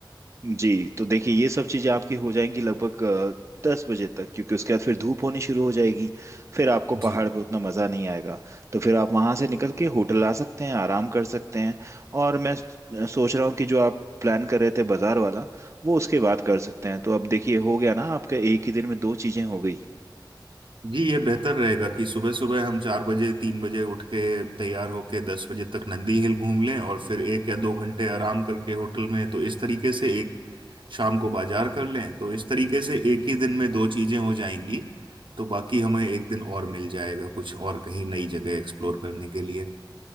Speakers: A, on the right; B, on the right.
A: जी तो देखिए ये सब चीज़ें आपकी हो जाएंगी लगभग अ, दस बजे तक क्योंकि उसके बाद फिर धूप होनी शुरू हो जाएगी फिर आपको
B: जी
A: पहाड़ पे उतना मज़ा नहीं आएगा तो फिर आप वहाँ से निकल के होटल आ सकते हैं आराम कर सकते हैं और मैं स- सोच रहा हूँ कि जो आप प्लान कर रहे थे बाज़ार वाला वो उसके बाद कर सकते हैं तो अब देखिए हो गया ना आपका एक ही दिन में दो चीज़ें हो गई
B: जी ये बेहतर रहेगा कि सुबह सुबह हम चार बजे तीन बजे उठ के तैयार होके दस बजे तक नंदी हिल घूम लें और फिर एक या दो घंटे आराम करके होटल में तो इस तरीके से एक शाम को बाजार कर लें तो इस तरीके से एक ही दिन में दो चीजें हो जाएंगी तो बाकी हमें एक दिन और मिल जाएगा कुछ और कहीं नई जगह एक्सप्लोर करने के लिए